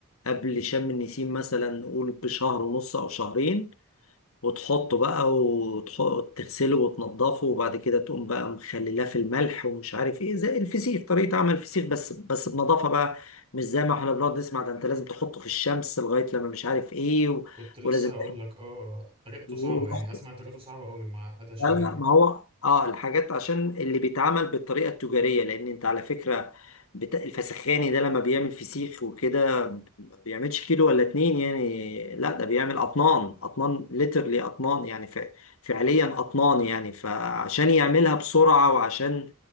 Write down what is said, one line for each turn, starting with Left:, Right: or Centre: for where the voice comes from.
Left: قبل شم النسيم مثلا نقول بشهر ونص او شهرين وتحطه بقى وتغسله وتنضفه وبعد كده تقوم بقى مخللاه في الملح ومش عارف ايه زي الفسيخ طريقة عمل الفسيخ بس بس بنضافة بقى مش زي ما احنا بنقعد نسمع ده انت لازم تحطه في الشمس لغاية لما مش عارف ايه و...
Right: كنت لسه
Left: ولازم
Right: هقول لك اه طريقته
Left: <laughs>
Right: صعبة يعني اسمع طريقته صعبة قوي ومعقدة شوية
Left: لا لا ما هو اه الحاجات عشان اللي بيتعمل بالطريقه التجاريه لان انت على فكره بت... الفسخاني ده لما بيعمل فسيخ وكده ما بيعملش كيلو ولا اتنين يعني لا ده بيعمل اطنان اطنان ليترلي اطنان يعني ف... فعليا اطنان يعني فعشان يعملها بسرعه وعشان